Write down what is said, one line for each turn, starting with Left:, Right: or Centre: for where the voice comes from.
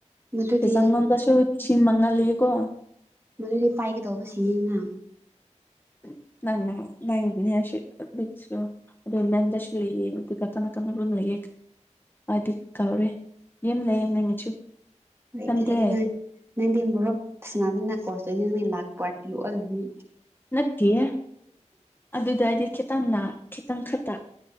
Right: ꯃꯗꯨꯗꯤ
Left: ꯑꯦꯖꯥꯡ ꯅꯪꯉꯣꯟꯗꯁꯨ ꯂꯤꯁꯤꯡ ꯃꯉꯥ ꯂꯩꯌꯦꯀꯣ
Right: ꯃꯗꯨꯗꯤ ꯄꯥꯏꯒꯗꯧꯕꯁꯤꯅꯤꯅ
Left: ꯎꯝ ꯅꯪꯅ ꯅꯪꯒꯤꯅꯦꯁꯨ ꯑꯗꯨꯒꯤꯁꯨ ꯑꯗꯨ ꯃꯦꯝꯗꯁꯨ ꯂꯩꯌꯦ ꯑꯗꯨꯒ ꯀꯥꯅ ꯀꯥꯅ ꯔꯣꯝ ꯂꯩꯌꯦ ꯑꯩꯗꯤ ꯀꯥꯎꯔꯦ ꯌꯥꯝ ꯂꯩꯌꯦ ꯅꯪꯒꯤꯁꯨ
Right: ꯂꯩꯇꯦ
Left: ꯈꯟꯗꯦ
Right: ꯂꯩꯇꯦ ꯅꯪ ꯅꯪꯗꯤ ꯃꯣꯔꯣꯛ ꯁꯥꯟꯅꯕꯅꯤꯅ ꯀꯣꯔꯁꯇꯨꯗꯤ ꯅꯪꯅ ꯂꯥꯛꯄꯥꯔꯇꯤ ꯑꯣꯍꯜꯂꯅꯤ
Left: ꯅꯠꯇꯤꯌꯦ ꯑꯗꯨꯗꯥꯏꯗꯤ ꯀꯦꯠ ꯇꯅ ꯈꯤꯇꯪ ꯈꯛꯇ